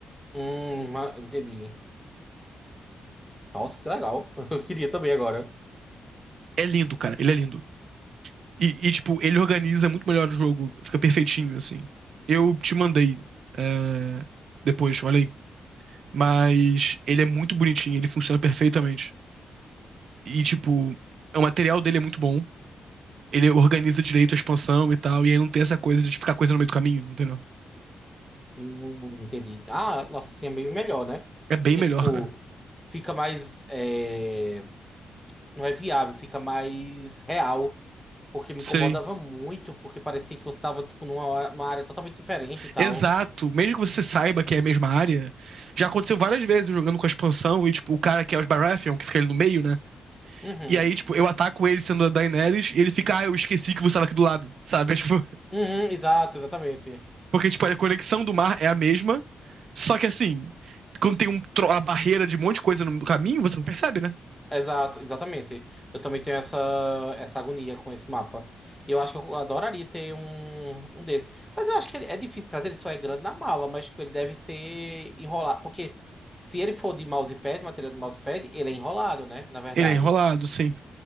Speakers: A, in the centre; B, on the right.
A: Hum, ma- entendi. Nossa, que legal. <laughs> Eu queria também agora.
B: É lindo, cara, ele é lindo. E, e, tipo, ele organiza muito melhor o jogo, fica perfeitinho, assim. Eu te mandei, é, depois, olha aí. Mas ele é muito bonitinho, ele funciona perfeitamente. E, tipo, o material dele é muito bom. Ele organiza direito a expansão e tal, e aí não tem essa coisa de ficar coisa no meio do caminho, entendeu?
A: Hum, entendi. Ah, nossa, assim é meio melhor, né?
B: É bem
A: Porque,
B: melhor,
A: tipo,
B: cara.
A: fica mais. é, Não é viável, fica mais real. Porque me
B: Sim.
A: incomodava muito, porque parecia que você tava, tipo, numa numa área totalmente diferente e tal.
B: Exato. Mesmo que você saiba que é a mesma área, já aconteceu várias vezes eu jogando com a expansão e, tipo, o cara que é os Baratheon, que fica ali no meio, né?
A: Uhum.
B: E aí, tipo, eu ataco ele sendo a Daenerys e ele fica, ah, eu esqueci que você estava aqui do lado, sabe? É, tipo, <laughs>
A: Uhum, exato, exatamente.
B: porque, tipo, a conexão do mar é a mesma, só que assim, quando tem um, tro- a barreira de um monte de coisa no caminho, você não percebe, né?
A: Exato, exatamente. Eu também tenho essa, essa agonia com esse mapa. E Eu acho que eu adoraria ter um, um desse. Mas eu acho que ele- é difícil trazer, ele só é grande na mala, mas tipo, ele deve ser enrolado. Porque se ele for de mousepad, material de mousepad, ele é enrolado, né? Na verdade.
B: Ele é enrolado, sim.